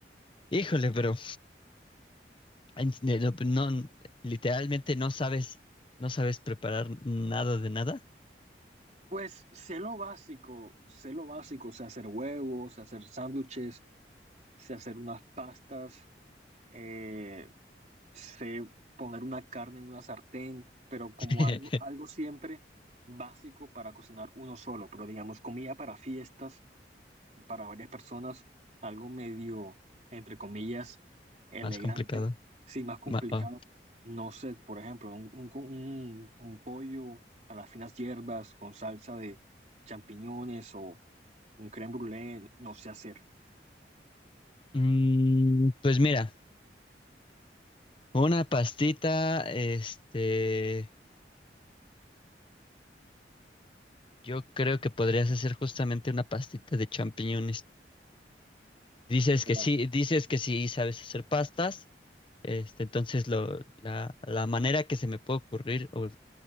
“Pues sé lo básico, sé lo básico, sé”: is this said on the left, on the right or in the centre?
Right